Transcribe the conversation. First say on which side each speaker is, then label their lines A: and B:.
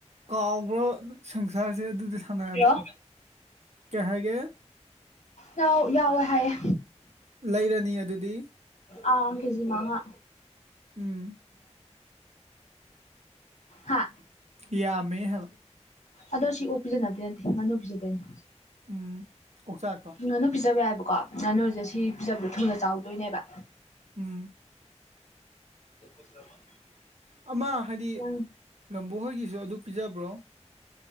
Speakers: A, on the right; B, on the left.
A: ꯀꯥꯎꯕ꯭ꯔ ꯁꯪꯁꯥꯔꯁꯦ ꯑꯗꯨꯗꯤ ꯁꯥꯟꯅꯔꯗꯤ
B: ꯍꯜꯂꯣ
A: ꯀꯩ ꯍꯥꯏꯒꯦ
B: ꯌꯥ ꯌꯥꯎꯋꯦ ꯍꯥꯏꯌꯦ
A: ꯂꯩꯔꯅꯤ ꯑꯗꯨꯗꯤ
B: ꯑ ꯀꯦꯖꯤ ꯃꯉꯥ
A: ꯎꯝ
B: ꯍꯥ
A: ꯌꯥꯝ ꯃꯦ ꯍꯥꯌꯕ
B: ꯑꯗꯣ ꯁꯤ ꯑꯣꯛ ꯄꯤꯖꯅꯕꯗ ꯅꯠꯇꯦ ꯉꯥꯅꯨ ꯄꯤꯖꯗꯣꯏꯅꯤ
A: ꯎꯝ ꯑꯣꯛꯆꯥꯛꯇꯣ
B: ꯉꯥꯅꯨ ꯄꯤꯖꯕ ꯌꯥꯏꯕꯀꯣ ꯉꯥꯅꯨꯁꯦ ꯁꯤ ꯄꯤꯖꯕꯗꯣ ꯊꯨꯅ ꯆꯥꯎꯗꯣꯏꯅꯦꯕ
A: ꯎꯝ
B: <unintelligible>
A: ꯑꯃ ꯍꯥꯏꯗꯤ
B: ꯅꯪ
A: ꯂꯝꯕꯣ ꯍꯣꯏꯒꯤꯁꯨ ꯑꯗꯨ ꯄꯤꯖꯕ꯭ꯔꯣ